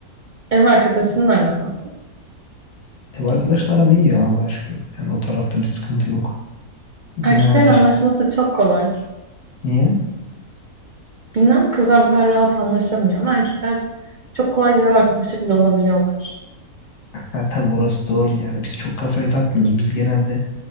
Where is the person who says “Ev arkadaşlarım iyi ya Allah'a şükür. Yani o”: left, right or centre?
Left